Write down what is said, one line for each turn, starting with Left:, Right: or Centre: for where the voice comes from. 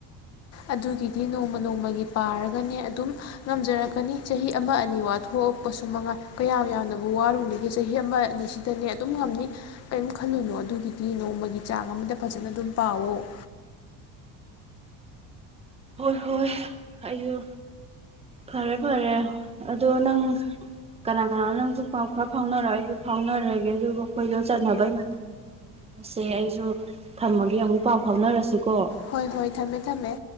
Left: ꯑꯗꯨꯒꯤꯗꯤ ꯅꯣꯡꯃ ꯅꯣꯡꯃꯒꯤ ꯄꯥꯔꯒꯅꯦ ꯑꯗꯨꯝ ꯉꯝꯖꯔꯛꯀꯅꯤ ꯆꯍꯤ ꯑꯃ ꯑꯅꯤ ꯋꯥꯊꯣꯛꯑꯄꯁꯨ ꯃꯉꯥꯏ ꯀꯌꯥꯝ ꯌꯥꯝꯅꯕꯨ ꯋꯥꯔꯨꯅꯤꯒꯦ ꯆꯍꯤ ꯑꯃ ꯑꯅꯤꯁꯤꯗꯅꯦ ꯑꯗꯨꯝ ꯉꯝꯅꯤ ꯀꯔꯤꯝ ꯈꯜꯂꯨꯅꯣ ꯑꯗꯨꯒꯤꯗꯤ ꯅꯣꯡꯃꯒꯤ ꯆꯥꯡ ꯑꯃꯗ ꯐꯖꯅ ꯑꯗꯨꯝ ꯄꯥꯎꯋ
Right: ꯍꯣꯏ ꯍꯣꯏ ꯑꯩꯁꯨ ꯐꯔꯦ ꯐꯔꯦ ꯑꯗꯣ ꯅꯪ ꯀꯅꯥ ꯀꯅꯥꯅꯣ ꯅꯪꯁꯨ ꯄꯥꯎ ꯈꯔ ꯐꯥꯎꯅꯔ ꯑꯩꯁꯨ ꯐꯥꯎꯅꯔꯒꯦ ꯑꯗꯨꯒ ꯑꯩꯈꯣꯏꯗꯣ ꯆꯠꯅꯕꯩ ꯃꯇꯝꯗ ꯂꯦꯄꯁꯦ ꯑꯩꯁꯨ ꯊꯝꯃꯒꯦ ꯑꯃꯨꯛ ꯄꯥꯎ ꯐꯥꯎꯅꯔꯁꯤꯀꯣ
Left: ꯍꯣꯏ ꯍꯣꯏ ꯊꯝꯃꯦ ꯊꯝꯃꯦ